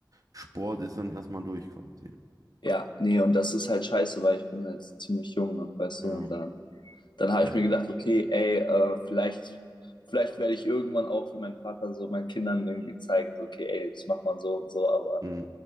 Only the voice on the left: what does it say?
ja. Nee, und das ist halt scheiße, weil ich bin halt ziemlich jung noch, weißt
du, und dann, dann habe
ich mir gedacht, okay, ey, äh, vielleicht, vielleicht werde ich irgendwann auch wie mein Vater so meinen Kindern irgendwie zeigen, so, okay, ey, das macht man so und so, aber